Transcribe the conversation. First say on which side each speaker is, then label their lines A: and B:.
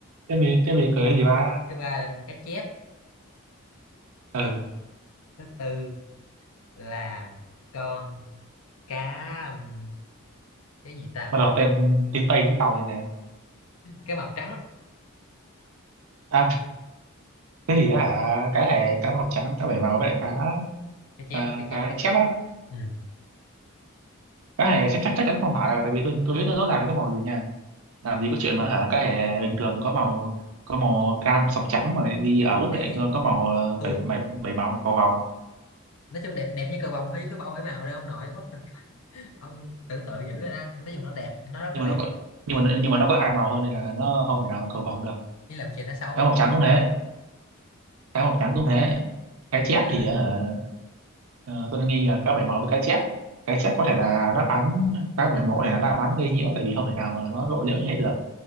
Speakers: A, on the right; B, on the left.
A: tiếp đi tiếp đi cưới gì ba
B: thứ ba là con cá chép
A: ừ
B: thứ tư là con cá ừm, cái gì ta
A: bắt đầu tên tiếng Tây tiếng Tàu gì nè
B: cá mập trắng
A: à cái gì á hả cá hề cá màu trắng cá bảy màu với lại cá
B: cá chép
A: à,
B: cá chép
A: cá
B: cá chép
A: chép á
B: ừ.
A: cá hề chắc chắc chắc chắn không phải rồi tại vì tôi tôi biết nó rõ ràng nó có màu gì nha làm gì có chuyện mà hả cái hè bình thường có màu có màu cam sọc trắng mà đi ở Úc
B: Ý,
A: lại có,
B: ý,
A: có màu ờ,
B: tôi
A: bảy, bảy, bảy màu cầu vồng
B: nói chung đẹp đẹp như cờ vồng thôi chứ cứ bảo bảy màu đâu ông nội quá ông tự tự giữ ra nói chung nó đẹp nó rất
A: nhưng
B: là
A: mà
B: đẹp
A: nó có nhưng mà nhưng mà nó có hai màu thôi nên là nó không thể nào mà cầu vồng được
B: chỉ làm chuyện nó xấu
A: cá
B: đúng
A: mập
B: không
A: trắng cũng thế cá mập trắng cũng thế cá chép
B: à,
A: thì hả ờ, tôi đang nghi là cá bảy màu với cá chép cá chép có thể là đáp án cá bảy màu có thể là đáp án gây nhiễu tại vì không thể nào mà nó lộ liễu như thế được